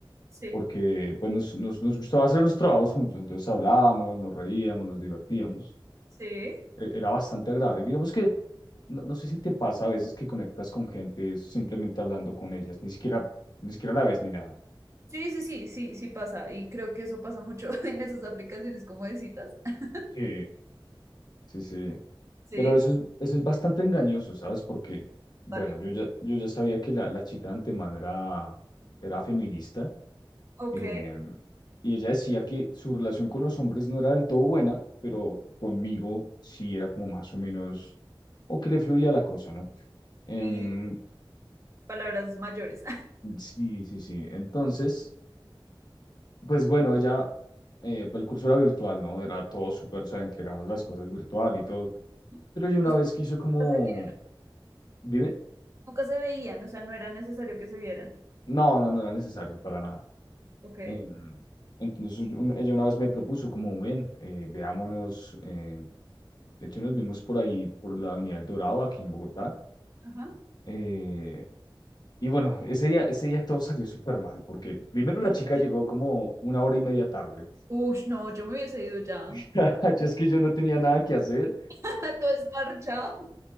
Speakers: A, on the right; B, on the left.
A: sí,
B: porque pues nos, nos, nos gustaba hacer los trabajos juntos, entonces hablábamos, nos reíamos, nos divertíamos,
A: sí.
B: e- era bastante agradable. Digamos que No, no sé si te pasa a veces que conectas con gente es simplemente hablando con ellas, ni siquiera, ni siquiera la ves ni nada.
A: Sí, sí, sí, sí, sí pasa. Y creo que eso pasa mucho <laughs> en esas aplicaciones como de citas. <laughs>
B: Sí, sí, sí.
A: Sí,
B: Pero eso es, eso es bastante engañoso, ¿sabes? Porque, bueno,
A: vale.
B: yo ya, yo ya sabía que la, la chica de antemano era, era feminista,
A: Ok,
B: eh, y ella decía que su relación con los hombres no era del todo buena, pero conmigo sí era como más o menos, o que le fluía la cosa, ¿no? Em,
A: y palabras mayores.
B: sí, sí, sí. Entonces, Pues bueno, ella, eh, pues el curso era virtual, ¿no? Era todo súper, o sea, entregadas las cosas virtual y todo.
A: <laughs>
B: Pero yo una
A: Los
B: vez
A: que
B: quiso como,
A: nunca se vieron,
B: dime,
A: nunca se veían, o sea, no era necesario que se vieran.
B: no, no, no era necesario para nada.
A: Ok,
B: Em, entonces un- ella una vez me propuso como, ven, eh, veámonos, eh, de hecho nos vimos por ahí, por la Avenida El Dorado, aquí en Bogotá.
A: ajá.
B: eh, y bueno, ese día, ese día todo salió súper mal, porque primero la
A: <laughs>
B: chica llegó como una hora y media tarde.
A: Ush, no, yo me hubiese ido ya.
B: <laughs> Yo es que yo no tenía nada que hacer.
A: <laughs> Todo esparchado.